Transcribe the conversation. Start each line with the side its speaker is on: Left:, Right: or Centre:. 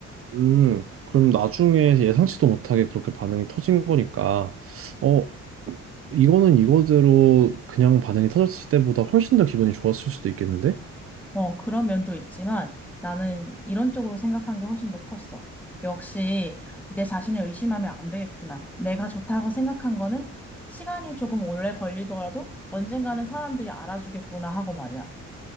Right: 음, 그럼 나중에 예상치도 못하게 그렇게 반응이 터진 거니까, 어, 이거는 이거대로 그냥 반응이 터졌을 때보다 훨씬 더 기분이 좋았을 수도 있겠는데?
Centre: 어, 그런 면도 있지만 나는 이런 쪽으로 생각한 게 훨씬 더 컸어. 역시 내 자신을 의심하면 안 되겠구나. 내가 좋다고 생각한 거는 시간이 조금 오래 걸리더라도 언젠가는 사람들이 알아주겠구나 하고 말이야.